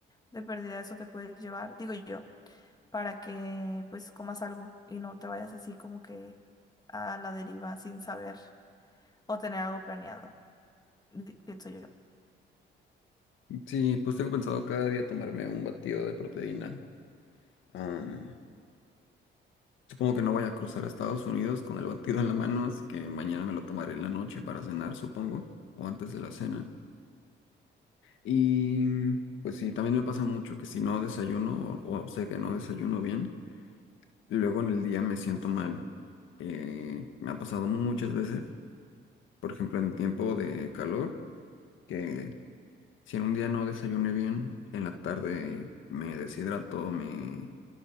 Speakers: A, on the left; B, on the left.
A: de pérdida eso te puedes llevar, digo yo, para que pues comas algo y no te vayas así como que a la deriva sin saber o tener algo planeado di- pienso yo.
B: Sí, pues tengo pensado cada día tomarme un batido de proteína. Am, supongo que no voy a cruzar a Estados Unidos con el batido en la mano, así que mañana me lo tomaré en la noche para cenar, supongo, o antes de la cena. Y pues sí, también me pasa mucho que si no desayuno o, o sé que no desayuno bien, luego
A: Ujú,
B: en el día me siento mal. Eh, me ha pasado muchas veces, por ejemplo, en tiempo de calor, que si en un día no desayuné bien, en la tarde me deshidrato, me